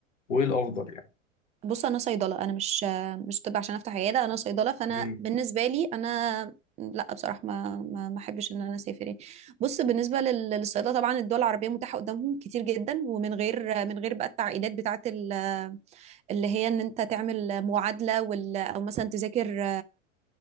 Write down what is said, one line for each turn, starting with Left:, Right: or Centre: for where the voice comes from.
Left: وايه الافضل يعني
Right: بص انا صيدله انا مش مش طب عشان افتح عياده انا صيدله فانا
Left: مم.
Right: بالنسبه لي انا لا بصراحه ما ما ما احبش ان انا اسافر يعني بص بالنسبه لل- للصيدله طبعا الدول العربيه متاحه قدامهم كتير جدا ومن غير من غير بقى التعقيدات بتاعه ال- اللي هي ان انت تعمل معادله وال او مثلا تذاكر